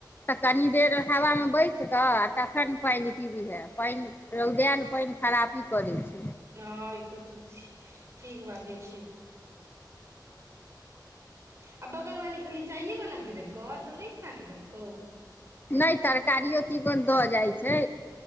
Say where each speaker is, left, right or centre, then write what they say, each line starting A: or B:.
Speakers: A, on the left (about 25°); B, on the right (about 40°).
A: कनी देर हवामे बैस कऽ आ तखन ने पानि पीबीहे पानि रौदायल पानि खरापी करै छै
B: हँ ई तऽ त ठीक बाजै छियै आ बगलवाली खाली चाइए बना के देलको नहि इतना कि दिल को
A: नहि तरकारियो तीवन दऽ जाइत छै